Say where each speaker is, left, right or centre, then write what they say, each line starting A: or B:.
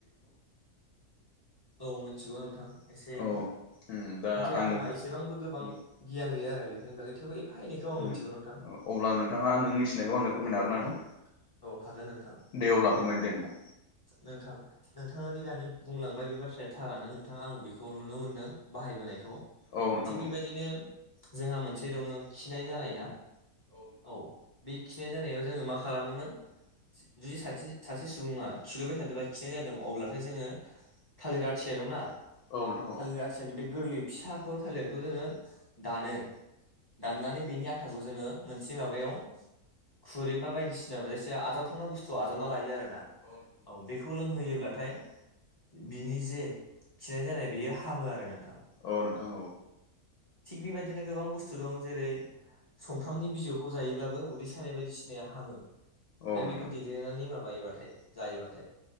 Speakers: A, on the left; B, on the left.
A: औ मिथिगौ नोंथां एसे एनै
B: औ उम दा
A: नाथाय
B: आङो
A: आंहा एसेबांबो गोबां
B: उम उम
A: गियान गैया आरो बेफोरनि बागै थेवबो एफा एनैखौ आं
B: उम
A: मिथिगौ नोंथां
B: अब्ला नोंथाङा
A: <inaudible>
B: नों मिथिनायखौ आंनो फोरमायनो
A: <inaudible>
B: हागोन ना नोंथां
A: औ हागोन नोंथां।
B: दे अब्ला फोरमायदो दे नोंथां
A: नोंथां नोंथाङा दि दानि बुंलांबाय बे बाथ्राया थारानो नोंथां। नोंथां आं बेखौ नुनो मोनदों। बाहायबोनायखौ,
B: औ नोंथां
A: थिग
B: औ
A: बेबायदिनो जोंहा मोनसे दङ। खिनाय जानाय ना औ बे खिनाय जानायाव जोङो मा खालामोमोन? जुदि सासे सुबुङा खिलुबबाय थादोंबा खिनाय जादों, अब्लाथाय जोङो थालिर आथिया दंना।
B: औ नोंथां औ नोंथां औ
A: थालिर आथियानि बे गोरलै फिसाखौ थालिरखौ जोङो दानो, दाननानै बेनि आथाखौ जोङो मोनसे माबायाव, खुरै बा बायदिसिना जायखिजाया आथाव थाव बुस्थुआव आजावना लायो आरोना। औ बेखौ लोंहोयोब्लाथाय। बिनि जे खिनाय जानाय बेयो हामो आरो नोंथां,
B: औ नोंथां औ
A: थिग बेबायदिनो गोबां बुस्थु दं जेरै सफ्रामनि बिजौखौ जायोब्लाबो उदै सानाय बायदिसिनाया हामो। दा
B: औ नोंथां
A: बेखौ दि- देनानै माबायोबाथाय। जायोबाथाय,